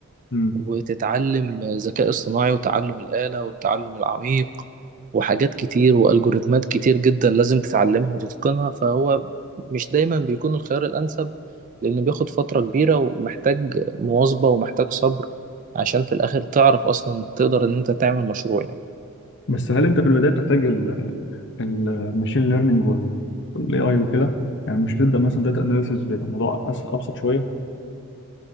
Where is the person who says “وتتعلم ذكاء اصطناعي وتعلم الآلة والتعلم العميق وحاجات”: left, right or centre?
Right